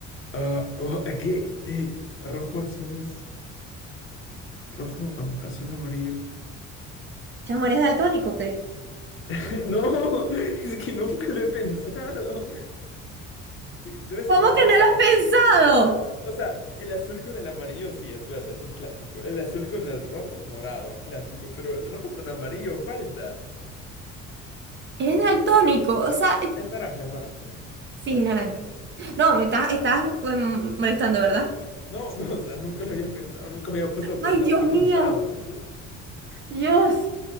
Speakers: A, on the left; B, on the right.
A: Ah, oh, ¿qué? Eh, rojo, azules. Rojo, am- azul, amarillos.
B: Chamo, ¿eres daltónico o qué?
A: <laughs> No, es que nunca lo he pensado. Debe ser
B: ¿Cómo
A: naranja,
B: que no lo has
A: ¿no?
B: pensado?
A: O sea, el azul con el amarillo sí es verde, ese es clásico. El azul con el rojo, morado, clásico. Pero el rojo con amarillo falta.
B: Eres daltónico, o sea,
A: Es naranja, es naranja, ok.
B: <tsk> sí,
A: Está bien.
B: naranja. No, me estás, estás em, molestando, ¿verdad?
A: No, <laughs> no, o sea, nunca lo había pensado, nunca me había puesto a pensar
B: Ay, Dios
A: que
B: mío.
A: juntaban. <laughs>
B: Dios.